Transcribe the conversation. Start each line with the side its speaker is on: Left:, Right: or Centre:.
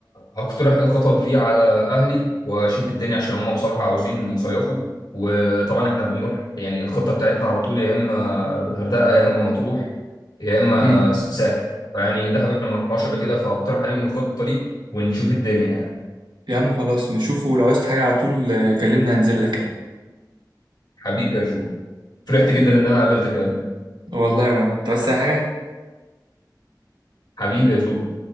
Left: هقترح الخطط دي على اهلي واشوف الدنيا عشان هم بصراحه عاوزين يصيفوا وطبعا احنا بنروح يعني الخطه بتاعتنا على طول يا اما الغردقه يا اما مطروح يا اما
Right: امم
Left: الساحل فيعني دهب احنا ما رحناش قبل كده فهقترح عليهم الخطه دي ونشوف الدنيا يعني.
Right: يا عم خلاص نشوفه لو عايزت حاجة على طول آه، كلمني هنزل لك ايه
Left: حبيبي يا جو فرحت
Right: حبيبي
Left: جدا ان انا قابلتك يا قلبي
Right: والله وانا انت عايز أي حاجة
Left: حبيبي يا جو